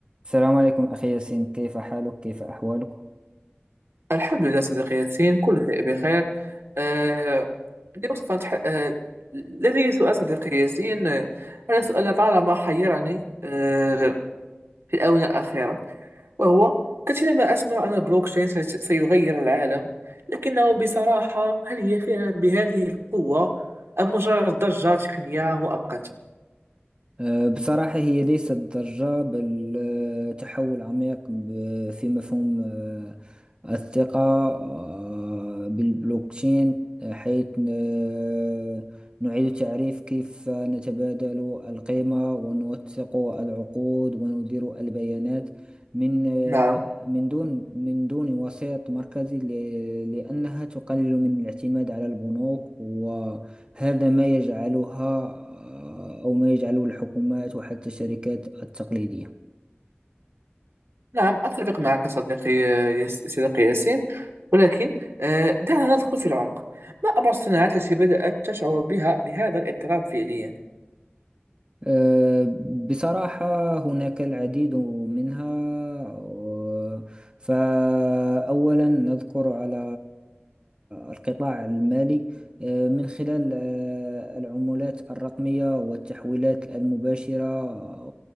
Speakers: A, on the right; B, on the right.
A: السلام عليكم أخي ياسين كيف حالك كيف أحوالك
B: الحمد لله صديقي ياسين كل شيء بخير آه، اليوم سوف نتح... آه، لدي سؤال صديقي ياسين آه، هذا سؤال طالما حيرني آه، في الآونة الأخيرة وهو كثيرا ما أسمع أن البلوكشين سي- سيغير العالم لكنه بصراحة هل هي فعلا بهذه القوة أم مجرد ضجة تقنية مؤقتة؟
A: أه، بصراحة هي ليست ضجة بل أه، تحول عميق ب- في مفهوم أه، الثقة أه، بالبلوكتشين أه، حيث أه، نعيد تعريف كيف نتبادل القيمة ونوثق العقود وندير البيانات من أه،
B: نعم
A: من دون من دون وسيط مركزي ل- لأنها تقلل من الاعتماد على البنوك هذا ما يجعلها آه، أو ما يجعله الحكومات وحتى الشركات التقليدية
B: نعم أتفق معك صديقي يس- صديقي ياسين ولكن آه، دعنا ندخل في العمق ما أبرز الصناعات التي بدأت تشعر بها بهذا الاضطراب فعليا؟
A: أه، بصراحة هناك العديد منها و- فأولا نذكر على القطاع المالي أه، من خلال أه، العملات الرقمية والتحويلات المباشرة آه،